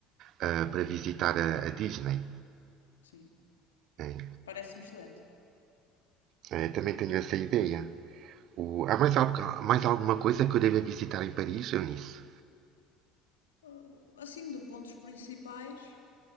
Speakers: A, on the right; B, on the left.
A: ah, para visitar a, a Disney.
B: Sim,
A: né?
B: parece-me excelente.
A: Eh, também tenho essa ideia. O- há mais, algo- mais alguma coisa que eu deva visitar em Paris, Eunice?
B: Ah, assim, de pontos principais,